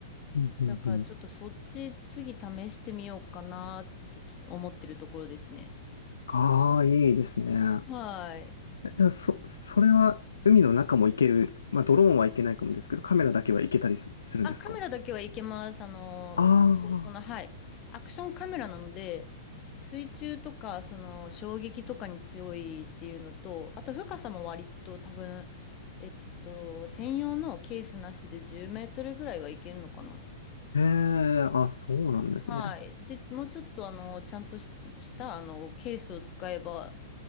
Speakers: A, on the left; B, on the left.
A: うんうんうん。
B: だからちょっとそっち次試してみようかなってちょっと思ってるところですね。
A: ああ、いいですね。
B: はい。
A: え、
B: そうで
A: そ、それは海の中も行ける。まあ、ドローンはいけないかもですけど、カメラだけは行けたりす、
B: すね
A: するんですか
B: あ、カメラだけはいけます。あの、
A: あ
B: その、はい。アクションカメラなので、水中とか、その、衝撃とかに強いっていうのと、あと深さも割と多分、えっと、専用のケースなしで10メートルぐらいはいけるのかな。
A: あ、へえ、あ、そうなんですね。
B: はい。で、もうちょっと、あの、ちゃんとし、したあのケースを使えば、